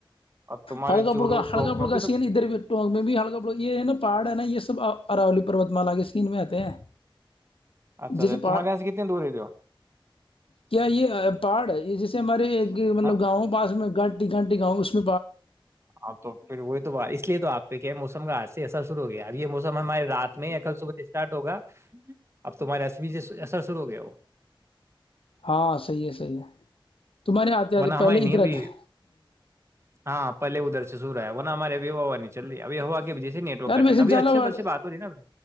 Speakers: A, on the right; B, on the left.
A: اور تمہارے
B: ہلکا
A: چورو
B: بڑا ہلڑکا
A: ٹوک میں
B: بڑکا
A: بھی تو
B: سی ہے نا ادھر بھی ٹگ میں بھی ہلکا بڑکا یہ نا پا ہے ن یہ سب اراولی پروتمالا کے سین میں آتے ہیں
A: اچھا
B: جیسے
A: اچھ
B: پہاڑ
A: تہیس <inaudible>
B: کیا یہ پہاڑ ہے یہ جیے ہمارے مطلب
A: ہاں
B: گاؤں پاس میں گانٹی گانٹی گاؤں اس <inaudible>
A: ہاں تو پھر وہی تو اس لیے تو آپ پہ کیا موسم کا سے اثر شرو ہو گیا اب یہ موسم ہمارے رات میں کل صبح اسارٹ ہوگا اب تمہارے ایس بی سے اسر شرو ہو گیا ہو
B: ہاں صحیح ہے صحی ہے تمہارے آتے آتے
A: ورنہ ہمارے
B: پہلے
A: نہیں
B: ادھر
A: ابھی
B: آتے ہ
A: ہاں پہے ادھر سے سو رہ ہے وہ ن ہماری اب و ہوا نہیں چ رہی ابھی ہو کی سے نیٹ ورک
B: یار
A: کٹ
B: ویسے
A: رہا ہے. ابھی
B: جالاواڑ
A: اچھے بل سے بات ہو رہی ہے نا